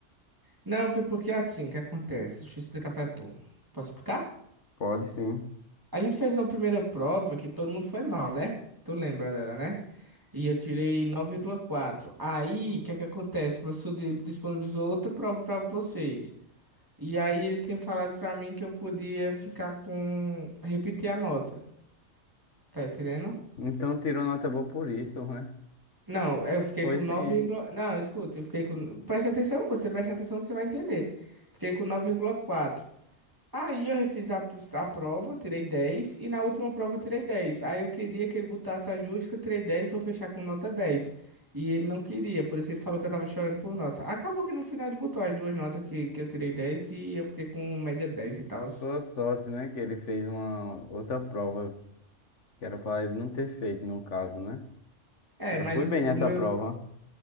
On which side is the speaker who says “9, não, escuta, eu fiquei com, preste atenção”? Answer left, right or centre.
Right